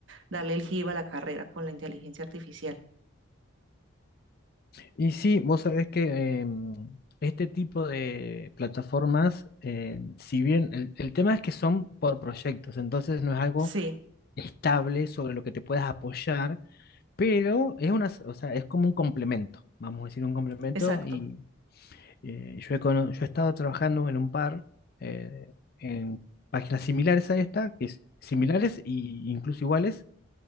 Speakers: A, on the right (about 65°); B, on the left (about 50°).
A: darle el giro a la carrera con la inteligencia artificial.
B: Y sí, vos sabés que em, este tipo de plataformas, eh, si bien el, el tema es que son por proyectos, entonces no es algo
A: Sí,
B: estable sobre lo que te puedas apoyar, pero es una, s- o sea, es como un complemento, vamos a decir un complemento.
A: exacto.
B: Y eh, yo he, cono- yo he estado trabajando en un par eh, en páginas similares a esta, que es similares e incluso iguales.